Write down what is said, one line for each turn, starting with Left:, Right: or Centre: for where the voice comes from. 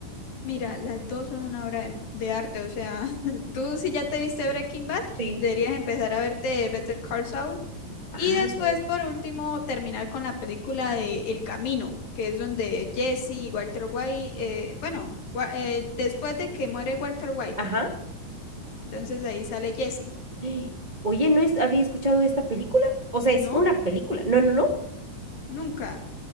Left: Mira, las dos son una obra de, de arte, o sea, <laughs> tú si ya te viste Breaking Bad,
Right: Sí.
Left: deberías empezar a verte Better Call Saul
Right: Ah,
Left: y después,
Right: ya. ya.
Left: por último, terminar con la película de El Camino, que es donde Jesse y Walter White, eh, bueno, Wa- eh, después de que muere Walter White,
Right: Ajá.
Left: entonces ahí sale Jesse,
Right: <gasps> Oye, ¿no es, había escuchado de esta película? O sea,
Left: ¿no?
Right: es una película. No, no, no.
Left: Nunca,